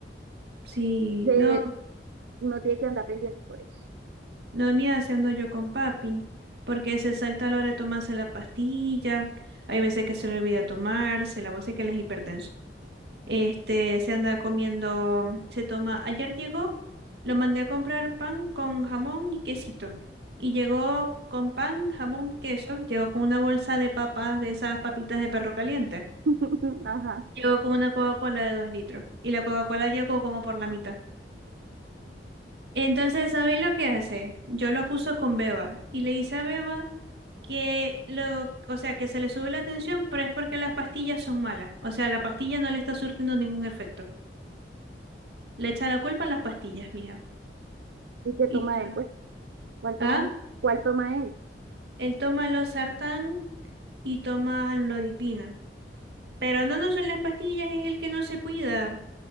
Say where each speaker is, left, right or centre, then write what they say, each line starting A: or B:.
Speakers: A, on the right (about 65°); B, on the right (about 75°).
A: Sí,
B: se,
A: no,
B: uno tiene que andar pendiente por eso.
A: la mía haciendo yo con papi, porque se salta a la hora de tomarse la pastilla, hay veces que se le olvida tomarse, la voz es que él es hipertenso. Este, se anda comiendo, se toma, ayer llegó, lo mandé a comprar pan con jamón y quesito, y llegó con pan, jamón, queso, llegó con una bolsa de papas, de esas papitas de perro caliente,
B: <laughs> Ajá.
A: llegó con una Coca-Cola de dos litros, y la Coca-Cola llegó como por la mitad. Entonces, ¿sabéis lo que hace? Yo lo acuso con Beba y le dice a Beba que lo, o sea, que se le sube la tensión, pero es porque las pastillas son malas. O sea, la pastilla no le está surtiendo ningún efecto. Le echa la culpa a las pastillas, mija.
B: ¿Y qué
A: Y
B: toma
A: yo,
B: él, pues? ¿Cuál toma
A: ah,
B: él? ¿Cuál toma él?
A: él toma losartán y toma lodipina. Pero no, no son las pastillas, es el que no se cuida.